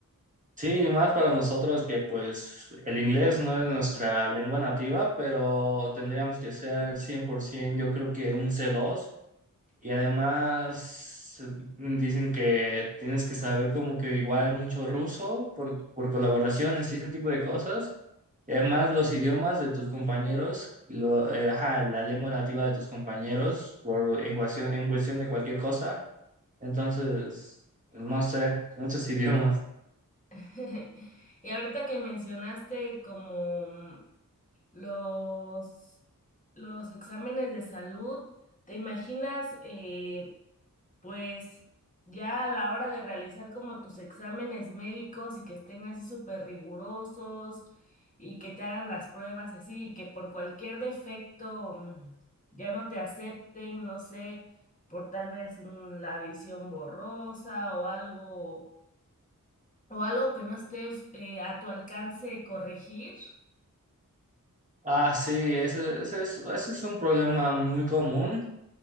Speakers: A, on the right; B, on the left.
A: Sí, y más para nosotros que pues el inglés no es nuestra lengua nativa, pero tendríamos que ser 100%, yo creo que un c dos Y además eh, dicen que tienes que saber como que igual mucho ruso por, por colaboraciones y ese tipo de cosas. Y además los idiomas de tus compañeros, lo, eh, ajá, la lengua nativa de tus compañeros por, en cuestión, en cuestión de cualquier cosa. Entonces, no sé, muchos <laughs> idiomas.
B: <laughs> Y ahorita que mencionaste como Los, los exámenes de salud, ¿te imaginas, eh, pues ya a la hora de realizar como tus exámenes médicos y que estén así súper rigurosos y que te hagan las pruebas y así, y que por cualquier defecto mm, ya no te acepten, no sé, por tal vez mm, la visión borrosa o algo, o algo que no esté eh, a tu alcance corregir?
A: Ah, sí, ese, ese es, ese es un problema muy común